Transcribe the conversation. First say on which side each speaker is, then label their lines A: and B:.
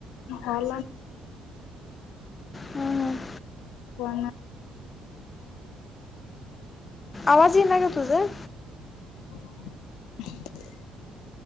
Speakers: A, on the left (about 70°); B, on the left (about 35°).
A: झाला
B: हम हम
A: वा
B: आवाज येणार का तुझं,
A: <inaudible>